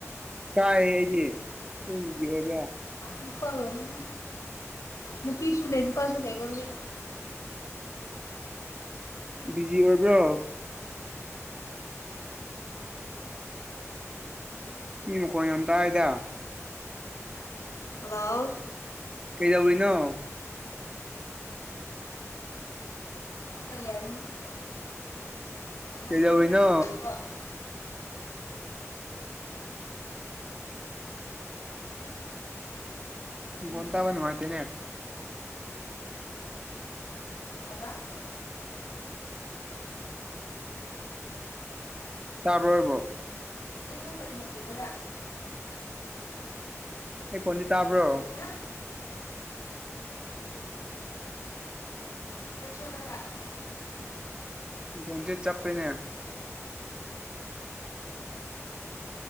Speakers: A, on the right; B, on the left.
A: ꯇꯥꯏꯌꯦ ꯑꯩꯗꯤ ꯎꯗꯤ ꯑꯣꯏ
B: ꯅꯨꯄꯥꯒꯨꯝꯅꯦ ꯅꯨꯄꯤꯁꯨ ꯂꯤꯠꯄꯥ <unintelligible>
A: ꯕꯤꯖꯤ ꯑꯣꯏꯕ꯭ꯔꯣ꯫ <unintelligible> ꯃꯤ ꯃꯈꯣꯟ ꯌꯥꯝ ꯇꯥꯏꯗ
B: ꯍꯜꯂꯣ꯫
A: ꯀꯩꯗꯧꯔꯤꯅꯣ꯫
B: <unintelligible>
A: ꯀꯩꯗꯧꯔꯤꯅꯣ ꯃꯈꯣꯟ ꯇꯥꯕ ꯅꯨꯉꯥꯇꯦꯅꯦ꯫
B: <unintelligible>
A: ꯇꯥꯕꯔꯣ
B: <unintelligible>
A: ꯑꯩ ꯈꯣꯟꯗꯤ ꯇꯥꯕ꯭ꯔꯣ꯫
B: ꯍꯥ <unintelligible>
A: ꯃꯈꯣꯟꯖꯦ ꯆꯞꯄꯦꯅꯦ꯫